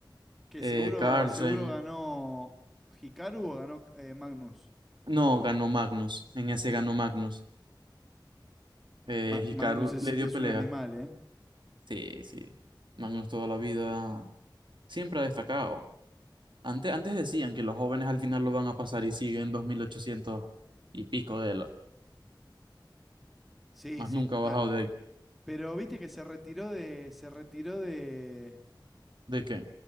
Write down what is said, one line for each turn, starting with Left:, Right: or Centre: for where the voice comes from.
Centre: Que
Right: eh,
Centre: seguro,
Right: Carlsen.
Centre: seguro ganó Hikaru o ganó eh, Magnus.
Right: No, ganó Magnus, en ese ganó Magnus. Eh,
Centre: Ma-
Right: Hikaru
Centre: Magnus es,
Right: le dio
Centre: es
Right: pelea.
Centre: un animal, ¿eh?
Right: Sí, sí. Magnus toda la vida siempre ha destacado. Antes, antes decían que los jóvenes al final lo van a pasar y siguen 2.800 y pico de él.
Centre: Sí,
Right: Más
Centre: sí,
Right: nunca
Centre: total.
Right: ha bajado de ahí.
Centre: Pero viste que se retiró de, se retiró de,
Right: ¿De qué?